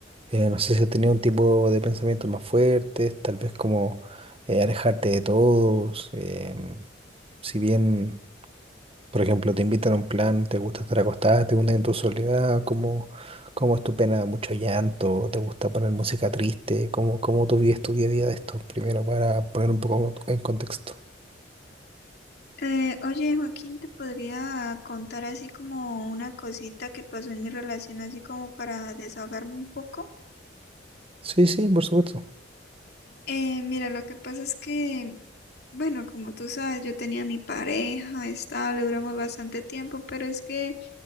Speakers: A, on the right; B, on the left.
A: eh, no sé si has tenido un tipo de pensamientos más fuertes, tal vez como eh, alejarte de todos. em, si bien, por ejemplo, te invitan a un plan, te gusta estar acostada, te hundes en tu soledad, ¿cómo, cómo es tu pena? ¿Mucho llanto? ¿Te gusta poner música triste? ¿Cómo, cómo tú vives tu día a día de esto? Primero, para poner un poco en contexto.
B: Eh, oye, Joaquín, ¿te podría contar así como una cosita que pasó en mi relación, así como para desahogarme un poco?
A: Sí, sí, por supuesto.
B: Eh, mira, lo que pasa es que, bueno, como tú sabes, yo tenía mi pareja estable, duramos bastante tiempo, pero es que